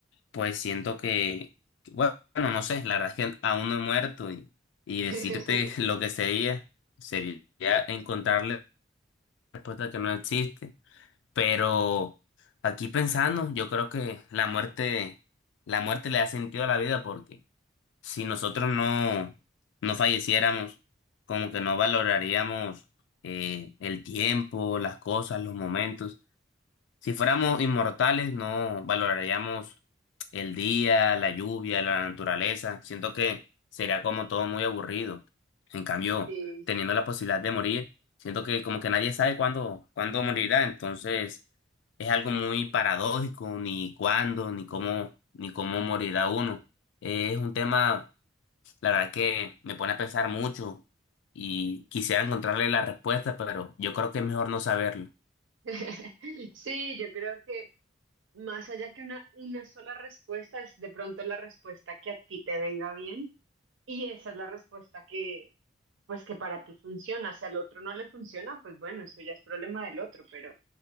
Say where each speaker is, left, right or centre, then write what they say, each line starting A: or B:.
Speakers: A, on the left; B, on the right.
A: pues siento que, que, bueno, no sé, la verdad es que aún no he muerto y, y
B: <laughs>
A: decirte <laughs> lo que sería, sería encontrarle respuesta que no existe. Pero aquí pensando, yo creo que la muerte, la muerte le da sentido a la vida porque si nosotros no, no falleciéramos, como que no valoraríamos eh, el tiempo, las cosas, los momentos. Si fuéramos inmortales, no valoraríamos el día, la lluvia, la naturaleza. Siento que sería como todo muy aburrido. En cambio,
B: Sí.
A: teniendo la posibilidad de morir, siento que como que nadie sabe cuándo, cuándo morirá. Entonces, es algo muy paradójico, ni cuándo, ni cómo, ni cómo morirá uno. Eh, es un tema, la verdad que me pone a pensar mucho y quisiera encontrarle la respuesta, pero yo creo que es mejor no saberlo.
B: <laughs> Sí, yo creo que más allá que una, una sola respuesta, es de pronto la respuesta que a ti te venga bien y esa es la respuesta que, pues que para ti funciona. Si al otro no le funciona, pues bueno, eso ya es problema del otro, pero,